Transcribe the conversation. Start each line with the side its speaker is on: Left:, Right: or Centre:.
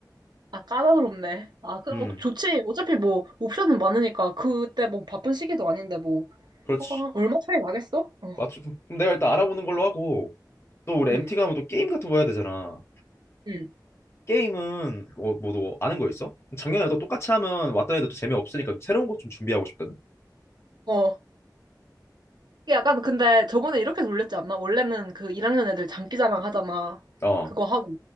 Right: 아, 까다롭네. 아, 그,
Left: 음
Right: 어, 좋지. 어차피 뭐, 옵션은 많으니까, 그때 뭐, 바쁜 시기도 아닌데, 뭐,
Left: 그렇지
Right: 어, 아, 얼마 차이 나겠어? 어,
Left: 맞지 그럼 내가 일단 알아보는 걸로 하고 또 우리
Right: 응,
Left: MT 가면 또 게임 같은 거 해야 되잖아
Right: 응.
Left: 게임은 어뭐너 아는 거 있어? 작년에도 똑같이 하면 왔다 해도 또 재미없으니까 좀 새로운 것 좀 준비하고 싶거든
Right: 어. 이게 약간, 근데 저번에 이렇게 놀렸지 않나? 원래는 그 1학년 애들 장기자랑 하잖아.
Left: 어음음
Right: 그거 하고.